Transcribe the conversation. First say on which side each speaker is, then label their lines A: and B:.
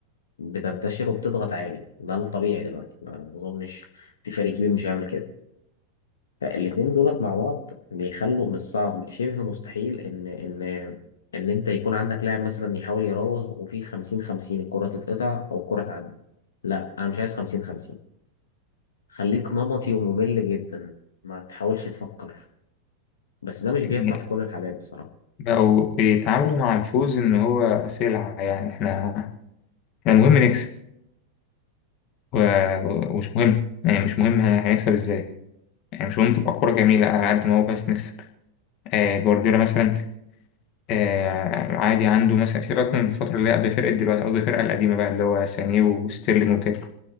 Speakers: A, on the left; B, on the left.
A: بتنتشر وبتضغط عالي ده الطبيعي دلوقتي ما اظنش في فريق كبير مش هيعمل كده فالاتنين دولت مع بعض بيخلوا من الصعب شبه مستحيل ان ان ان انت يكون عندك لاعب مثلا يحاول يراوغ وفي 50 50 الكره تتقطع او الكره تعدي لا انا مش عايز 50 50 خليك نمطي وممل جدا ما تحاولش تفكر بس ده مش بينفع
B: يعني
A: في كل الحالات بصراحه
B: بقوا بيتعاملوا مع الفوز إن هو سلعة يعني احنا احنا مهم نكسب و... ومش مهم يعني مش مهم هنكسب ازاي يعني مش مهم تبقى كورة جميلة على قد ما هو بس نكسب آه جوارديولا مثلا آه عادي عنده مثلا سيبك من الفترة اللي هي قبل فرقة دلوقتي قصدي الفرقة القديمة بقى اللي هو سانيه وستيرلينج وكده